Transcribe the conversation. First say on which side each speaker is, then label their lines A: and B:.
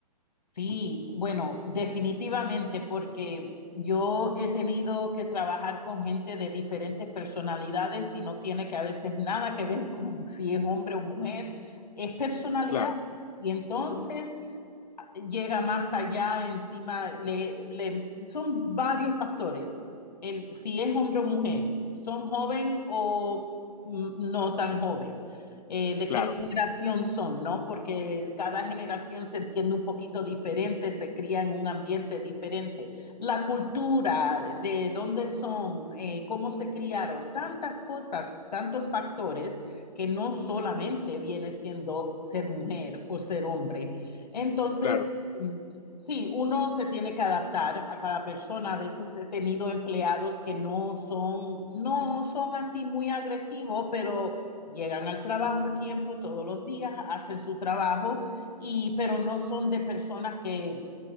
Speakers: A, on the left; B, on the left.
A: Sí, bueno, definitivamente, porque yo he tenido que trabajar con gente de diferentes personalidades y no tiene que a veces nada que ver <laughs> con si es hombre o mujer, es personalidad.
B: Claro,
A: Y entonces llega más allá, encima, le, le- son varios factores. El, si es hombre o mujer, son joven o mm, no tan joven, Eh, de
B: claro,
A: qué generación son, ¿no? Porque cada generación se entiende un poquito diferente, se cría en un ambiente diferente. La cultura, de dónde son, eh, cómo se criaron, tantas cosas, tantos factores que no solamente viene siendo ser mujer o ser hombre entonces,
B: claro,
A: mm, sí, uno se tiene que adaptar a cada persona. A veces he tenido empleados que no son, no son así muy agresivos, pero llegan al trabajo a tiempo todos los días, hacen su trabajo, y, pero no son de personas que